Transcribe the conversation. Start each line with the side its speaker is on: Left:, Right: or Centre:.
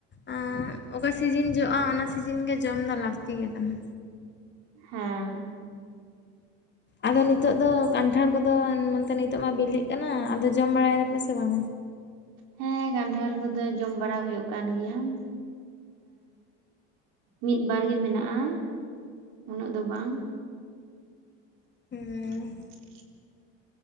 Left: ᱮᱸᱜ, ᱚᱠᱟ ᱥᱤᱡᱤᱱ ᱡᱚᱜᱼᱟ, ᱚᱱᱟ ᱥᱤᱡᱤᱱ ᱜᱮ ᱡᱚᱢ ᱫᱚ ᱞᱟᱹᱠᱛᱤ ᱜᱮ ᱠᱟᱱᱟ᱾
Right: ᱦᱮᱸ
Left: ᱟᱫᱚ ᱱᱤᱛᱚᱜ ᱫᱚ ᱠᱟᱱᱴᱷᱟᱲ ᱠᱚᱫᱚ ᱢᱮᱱᱛᱮ ᱱᱤᱛᱚᱜ ᱢᱟ ᱵᱤᱞᱤᱜ ᱠᱟᱱᱟ ᱟᱫᱚ ᱡᱚᱢ ᱵᱟᱲᱟᱭᱮᱫᱟᱯᱮ ᱥᱮ ᱵᱟᱝᱟ
Right: ᱦᱮᱸ ᱠᱟᱱᱴᱷᱟᱲ ᱠᱚᱫᱚ ᱡᱚᱢ ᱵᱟᱲᱟ ᱦᱩᱭᱩᱜ ᱠᱟᱱ ᱜᱮᱭᱟ ᱮᱸᱜ ᱢᱤᱫ ᱵᱟᱨ ᱜᱮ ᱢᱮᱱᱟᱜᱼᱟ, ᱩᱱᱟᱹᱜ ᱫᱚ ᱵᱟᱝ᱾
Left: ᱦᱮᱸ
Right: <unintelligible>